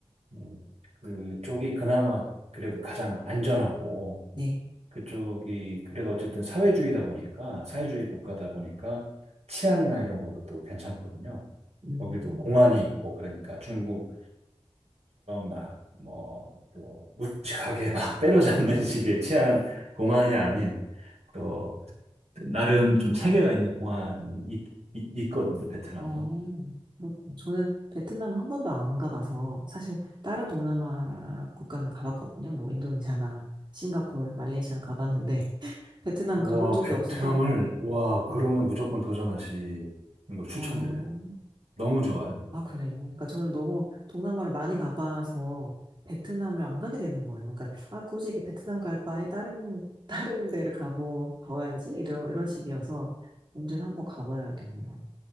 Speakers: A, on the right; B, on the right.
A: 음, 그쪽이 그나마 그래도 가장 안전하고,
B: 네.
A: 그쪽이 그래도 어쨌든 사회주의다 보니까, 사회주의 국가다 보니까 치안이나 이런 것도 괜찮거든요.
B: 음,
A: 거기도 공안이 있고, 그러니까 중국처럼 막, 뭐, 또 무식하게 막 <laughs> 때려잡는 식의 치안 공안이 아닌, 또 나름 좀 체계가 있는 공항이 있- 있- 있거든요, 베트남도.
B: 어, 그렇군요. 저는 베트남 한 번도 안 가봐서 사실 다른 동남아 국가는 가봤거든요. 뭐 인도네시아나 싱가포르, 말레이시아는 가봤는데 베트남
A: 와,
B: 가본 적이
A: 베트남을,
B: 없어서
A: 와, 그러면
B: 음.
A: 무조건 도전하시는 걸 추천드려요.
B: 어,
A: 너무 좋아요.
B: 아, 그래. 그러니까 저는 너무 동남아를 많이 가봐서 베트남을 안 가게 되는 거예요. 그러니까, 아, 굳이 이렇게 베트남 갈 바에 다른, <laughs> 다른 데를 가보, 가봐야지. 이런, 이런 식이어서 언제는 한번 가봐야겠네요.